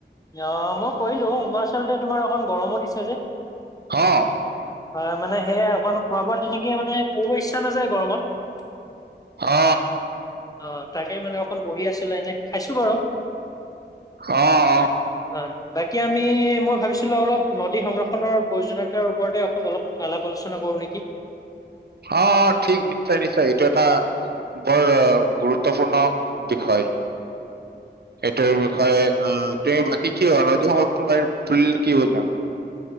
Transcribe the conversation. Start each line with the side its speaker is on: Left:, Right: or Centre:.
Left: অ মই কৰিলো হোমাৰচলতে তোমাৰ অকণ গৰমো দিছে যে।
Right: হঁ।
Left: হয় মানে সেয়াই অকণ খোৱা বোৱা তেনেকে মানে কৰিব ইচ্ছা নাযায় গৰমত।
Right: অ
Left: অ, তাকে মানে অকণ বহি আছিলো এনে, খাইছো বাৰু
Right: অ-অ
Left: অ বাকী আমি, মই ভাবিছিলো অলপ নদী সংৰক্ষনৰ প্ৰয়োজনীয়তাৰ ওপৰতে অলপ আলাপ-আলোচনা কৰো নেকি
Right: অহ- ঠিক নিশ্চয় নিশ্চয় এইটো এটা বৰ গুৰুত্বপূৰ্ণ বিষয়।
Left: <inaudible>
Right: সেইটোৰ বিষয়ে আহ তু বাকী কি হয় নদী সংৰক্ষনৰ বুলিলে কি বুজা?